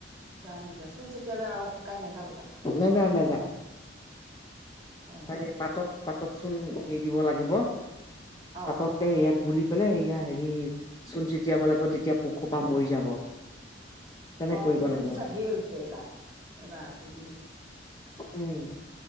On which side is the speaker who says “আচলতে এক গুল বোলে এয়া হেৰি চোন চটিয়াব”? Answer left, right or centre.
Left